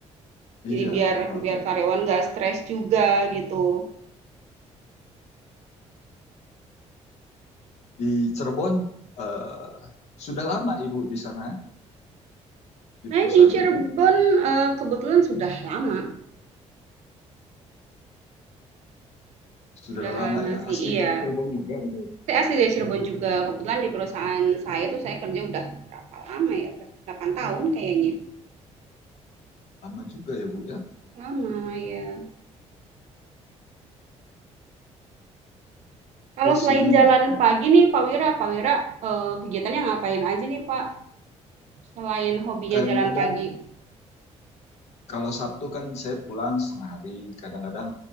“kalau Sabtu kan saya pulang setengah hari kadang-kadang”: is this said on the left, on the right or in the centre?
Left